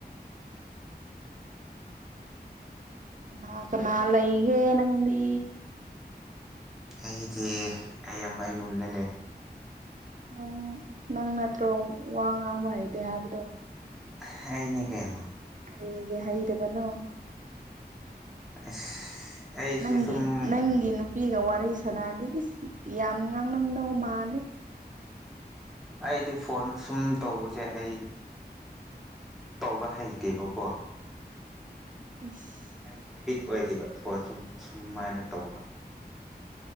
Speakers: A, on the right; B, in the centre.
A: ꯀꯥꯅ ꯀꯥꯅ ꯂꯩꯒꯦ ꯅꯪꯗꯤ
B: ꯑꯩꯗꯤ ꯑꯌꯥꯝꯕ ꯌꯨꯝꯗ ꯂꯩ
A: ꯅꯪ ꯅꯪ ꯅꯠꯇ꯭ꯔꯣ ꯋꯥ ꯉꯥꯡꯕ ꯍꯩꯇꯧ ꯍꯥꯏꯕꯗꯣ
B: ꯍꯩꯅꯤ ꯀꯩꯅꯣ
A: ꯀꯩꯒꯤ ꯍꯩꯗꯕꯅꯣ
B: ꯑꯁ ꯑꯩꯁꯦ
A: ꯅꯪꯒꯤ
B: ꯁꯨꯝ
A: ꯅꯪꯒꯤ ꯅꯨꯄꯤꯒ ꯋꯥꯔꯤ ꯁꯥꯟꯅꯔꯗꯤ ꯏꯁ ꯌꯥꯝ ꯉꯥꯡꯉꯝ ꯅꯧ ꯃꯥꯂꯦ
B: ꯑꯩꯗꯤ ꯐꯣꯟ ꯁꯨꯝ ꯇꯧꯕꯁꯦ ꯑꯩ ꯇꯧꯕ ꯍꯩꯇꯦꯕꯀꯣ
A: ꯏꯁ
B: ꯑꯩ ꯍꯦꯕꯤꯠ ꯑꯣꯏꯗꯦꯕ ꯐꯣꯟ ꯁꯨꯝ ꯁꯨꯃꯥꯏꯅ ꯇꯧꯕ